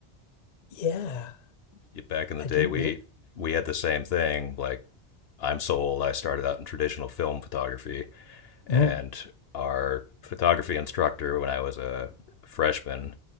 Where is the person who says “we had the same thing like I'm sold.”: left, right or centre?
Left